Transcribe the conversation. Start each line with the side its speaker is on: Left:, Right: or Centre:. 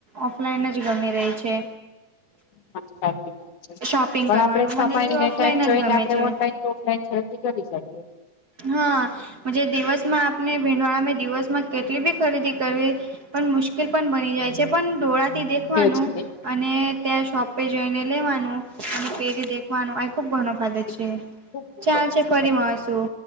Right: ઓફલાઈન જ ગમી રહી છે.
Left: હા સાચી વાત છે.
Right: શોપિંગ
Left: પણ
Right: કરવાનું
Left: આપડે સમય
Right: મને બી
Left: ને
Right: ઓફલાઈન
Left: ટાઈમ જોઈને
Right: જ ગમે
Left: આપણે
Right: છે.
Left: ઓનલાઈન કે ઓફલાઈનરથી કરી શકીએ.
Right: હા જે દિવસમાં આપને ભીંડવાળમાં દિવસમાં કેટલી બી ખરીદી કરવી પણ મુશ્કેલ પણ બની જાય છે પણ ડોળા થી દેખવાનું
Left: છે જ ને.
Right: અને ત્યાં શોપ પે જઈને લેવાનું અને પેરી દેખવાનું ખુબ ઘણો ફાદો
Left: એ
Right: છે
Left: ખુબ મોટો
Right: ચાલ
Left: કેસ
Right: છે ફરી વાસું